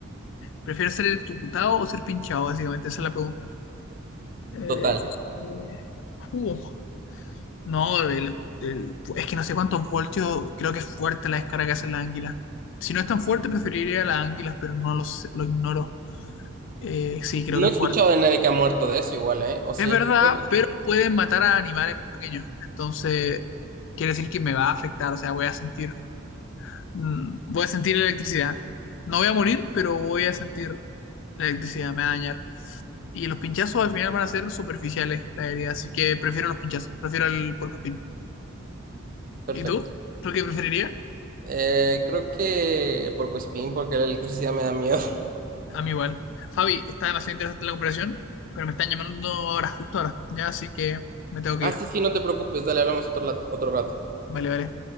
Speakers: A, on the left; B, on the right.
A: ¿Prefiero ser electrocutado o ser pinchado, básicamente? Esa es la pregunta. Eh,
B: Total.
A: eh, uh, no, el- el- es que no sé cuántos voltios, creo que es fuerte la descarga que hacen las anguilas. Si no es tan fuerte, preferiría las anguilas, pero no lo sé, lo ignoro. Eh, sí, creo
B: No
A: que
B: he
A: es
B: escuchado
A: fuerte.
B: de nadie que ha muerto de eso igual, ¿eh? ¿O sí?
A: Es verdad,
B: Puede pasar.
A: pero pueden matar a animales más pequeños. Entonces, quiere decir que me va a afectar, o sea, voy a sentir, mm, voy a sentir electricidad. No voy a morir, pero voy a sentir la electricidad, me va a dañar. Y los pinchazos al final van a ser superficiales, la herida, así que prefiero los pinchazos, prefiero el porcospín.
B: Perfecto.
A: ¿Y tú? ¿Tú qué preferirías?
B: Eh, creo que por Spin, porque la electricidad me da miedo. <laughs>
A: A mí igual. Fabi, está demasiado interesante la comparación, pero me están llamando ahora, justo ahora, ya, así que me tengo que
B: Ah,
A: ir.
B: sí, sí, no te preocupes, dale, hablamos otro, lat- otro rato.
A: Vale, vale.